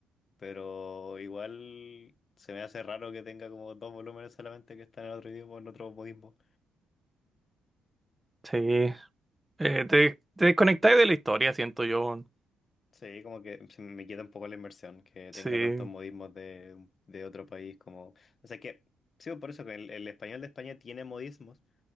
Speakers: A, on the left; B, on the right.
A: pero igual se me hace raro que tenga como dos volúmenes solamente que están en otro idioma, en otro modismo.
B: Sí. Eh, te, te desconectáis de la historia, siento yo. weón.
A: Sí, como que se me quita un poco la inversión, que
B: Sí.
A: tenga tantos modismos de, de otro país como... O sea que, sí, por eso que el, el español de España tiene modismos,